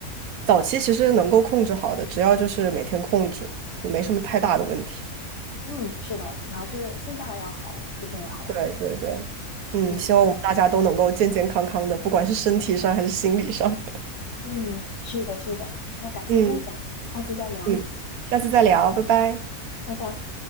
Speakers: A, on the right; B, on the left.
A: 早期其实能够控制好的，只要就是每天控制，也没什么太大的问题。
B: 嗯，是的，主要是心态要好，最重要了。
A: 对对对，嗯，
B: 嗯
A: 希望我们大家都能够健健康康的，不管是身体上还是心理上。
B: 嗯，是的，是的。那感谢分享，
A: 嗯
B: 下次再聊，
A: 嗯，下次再聊，拜拜。
B: 拜拜。